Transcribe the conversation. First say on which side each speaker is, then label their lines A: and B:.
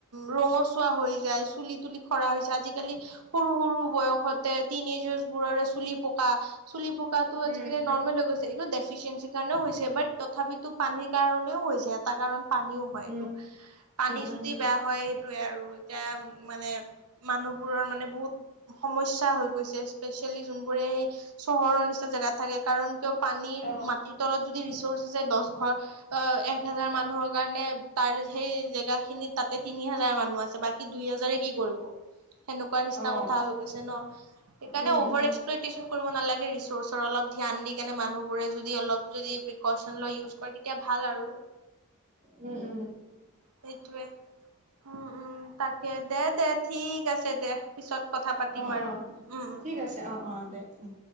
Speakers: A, on the right; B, on the right.
A: ৰঙচুৱা হৈ যায় চুলি তুলি খৰা হৈছে আজিকালি সৰু সৰু বয়সতে তিনি যুজ বোৰৰে চুলি পকা চুলি পকাত তো
B: উম
A: আজিকাল নৰ্মেল হৈ গৈছে এইটো ডেফিচিয়েঞ্চিৰ কাৰণেও হৈছে বাট তথাপিতো পানীৰ কাৰণেও হৈছে এটা কাৰণ পানীও হয়
B: উম
A: এইটো পানী
B: উম উম
A: যদি বেয়া হয় সেইটোয়ে আৰু এতিয়া মানে মানুহবোৰৰ মানে বহুত সমস্যা হৈ গৈছে স্পেচিয়েলি যোনবোৰে চহৰৰ নিচিনা জেগাত থাকে কাৰণ কিয় পানীৰ
B: অ
A: মাটিৰ তলত যদি ৰিচোৰ্চ আছে দশ ঘৰ অ এক হাজাৰ মানুহৰ কাৰণে তাৰ সেই জেগা খিনি তাতে তি হাজাৰ মানুহ আছে বাকী দুই হেজাৰ কি কৰিব সেনেকুৱা নিচিনা
B: অ
A: কথা হৈ গৈছে ন, সেইকাৰণে
B: উম
A: অভাৰ
B: উম
A: এক্সপ্লইটেচন কৰিব নালাগে ৰিচোৰ্চৰ অলপ ধ্যান দি কেনে মানুহবোৰে যদি অলপ যদি প্ৰিকচন লয় ইউজ কৰে তেতিয়া ভাল আৰু।
B: উম, উম, উম।
A: সেইটোৱে। উম, উম, তাকে দে তে ঠিক আছে। দে পিছত কথা পাতিম
B: অ
A: আৰু
B: অ
A: উম, উম।
B: ঠিক আছে অ', অ', দে উম।